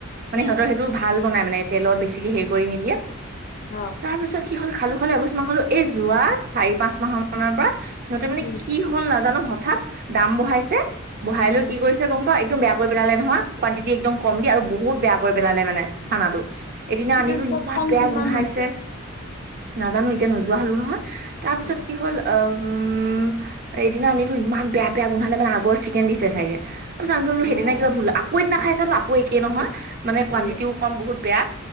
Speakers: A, on the right (about 45°); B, on the left (about 40°).
A: মানে
B: উম
A: সিহঁতৰ সেইটো ভাল বনাই মানে তেলত বেছিকে হেৰি কৰি নিদিয়ে।
B: অ'
A: তাৰপিছত কি হ'ল খালো খালো এবছ মান খালো এই যোৱা চাৰি পাঁচ মাহৰ মৰ পৰা সিহঁতে মানে
B: উম
A: কি হল নাজানো হঠাৎ দাম বঢ়াইছে বঢ়াই লৈ
B: উম
A: কি কৰিছে গম পাও একদম বেয়া কৰি পেলালে নহয় কুৱানটিটি একদম কম দি আৰু বহুত বেয়া কৰি পেলালে মানে। খানাটো। এদিন
B: চিকেন
A: আনিলো ইমান
B: পপকৰ্ণ
A: বেয়া
B: কিমান
A: গোন্ধাইছে
B: হৈছে
A: নাজানো এতিয়া নোযোৱা হলোঁ নহয়। তাৰ পিছত
B: অ'
A: কি হ'ল উম, এদিনা আনিলোঁ, ইমান বেয়া-বেয়া গোন্ধালে মানে আগৰ চিকেন দিছে চাগে। তাৰিছ <unintelligible>
B: অ'
A: সেইদিনা কিবা ভুল আকৌ এদিনা খাই চালোঁ আকৌ একেই নহয় কুৱানটিওম
B: ইয়ে
A: বহুত বেয়া।